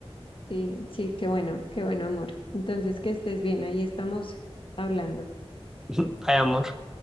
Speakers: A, on the left (about 55°); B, in the centre.
A: Sí, sí, qué bueno, qué bueno, amor. Entonces, que estés bien, ahí estamos hablando.
B: <laughs> Ay, amor.